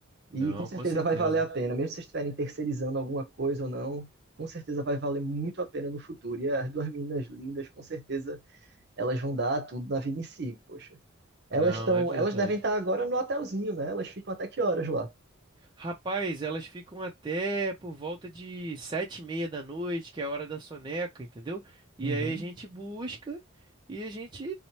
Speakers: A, on the right; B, on the right.
A: Não,
B: E com certeza
A: com certeza.
B: vai valer a pena, mesmo se vocês estiverem terceirizando alguma coisa ou não, com certeza vai valer muito a pena no futuro. E as duas meninas lindas, com certeza, elas vão dar tudo na vida em si, poxa. Elas
A: Não,
B: estão,
A: é verdade.
B: elas devem estar agora no hotelzinho, né? Elas ficam até que horas lá?
A: Rapaz, elas ficam até por volta de sete e meia da noite, que é a hora da soneca, entendeu? E
B: Uhum.
A: aí a gente busca e a gente